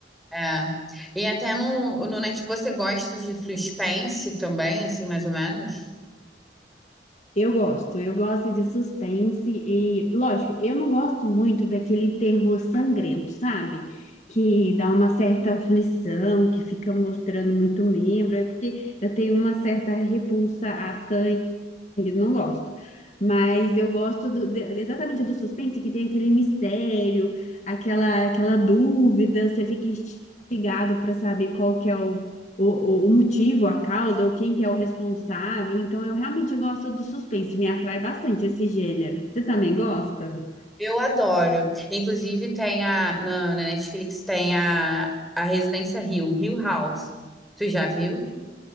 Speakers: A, in the centre; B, on the left.
A: É. E até no, no Netflix você gosta de suspense também, assim, mais ou menos?
B: Eu gosto, eu gosto de suspense e, lógico, eu não gosto muito daquele terror sangrento, sabe? Que dá uma certa aflição, que fica mostrando muito membro, é porque eu tenho uma certa repulsa a sangue não gosto. Mas eu gosto do- de- exatamente do suspense, que tem aquele mistério, aquela, aquela dúvida, você fica instigado para saber qual que é o, o, o motivo, a causa, ou quem que é o responsável. Então, eu realmente gosto do suspense, me atrai bastante esse gênero. Você também gosta?
A: Eu adoro. Inclusive, tem a. Na, na Netflix tem a, a Residência Hill, Hill House. Tu já viu?